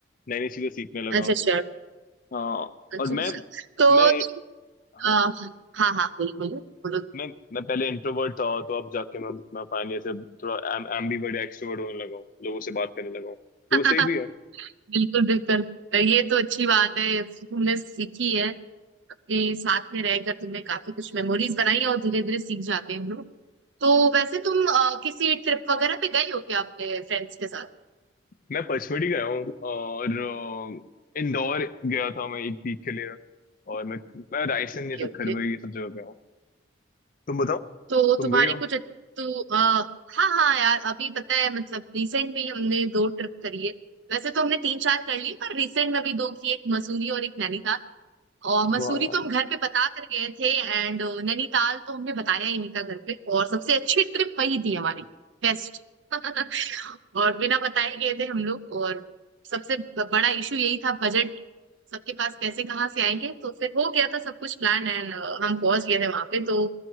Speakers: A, on the left; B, on the right.
A: नई नई चीजें सीखने लगा
B: अच्छा अच्छा
A: हाँ
B: अच्छा
A: और मैं
B: अच्छा तो
A: मैं
B: तुम
A: हाँ
B: आ, हाँ हाँ बोलो बोलो बोलो
A: मैं मैं पहले इंट्रोवर्ट था तो अब जाके मैं मैं फाइनली ऐसे थोड़ा एम एम्बीवर्ट एक्सट्रोवर्ट होने लगा हूँ लोगों से बात करने लगा हूँ तो
B: <laughs>
A: वो सही भी है
B: बिल्कुल बिल्कुल ये तो अच्छी बात है तुमने सीखी है अपने साथ में रहकर तुमने काफी कुछ मेमोरीज बनाई और धीरे धीरे सीख जाते हैं हम लोग तो वैसे तुम अ, किसी ट्रिप वगैरह पे गई हो क्या अपने फ्रेंड्स के साथ
A: मैं पचमढ़ी गया हूँ और अ, इंदौर गया था मैं एक वीक के लिए और मैं मैं रायसेन
B: Okay
A: ये सब
B: okay
A: खरवई ये सब जगह गया हूँ तुम बताओ
B: तो
A: तुम
B: तुम्हारी
A: गई हो
B: कुछ तो आ, हाँ हाँ यार अभी पता है मतलब रिसेंट में ही हमने दो ट्रिप करी है वैसे तो हमने तीन चार कर ली पर रिसेंट में भी दो की एक मसूरी और एक नैनीताल और मसूरी
A: वाह यार
B: तो हम घर पे बता कर गए थे एंड नैनीताल तो हमने बताया ही नहीं था घर पे और सबसे अच्छी ट्रिप वही थी हमारी बेस्ट <laughs> और बिना बताए गए थे हम लोग और सबसे बड़ा इशू यही था बजट सबके पास पैसे कहाँ से आएंगे तो फिर हो गया था सब कुछ प्लान एंड हम पहुंच गए थे वहां पे तो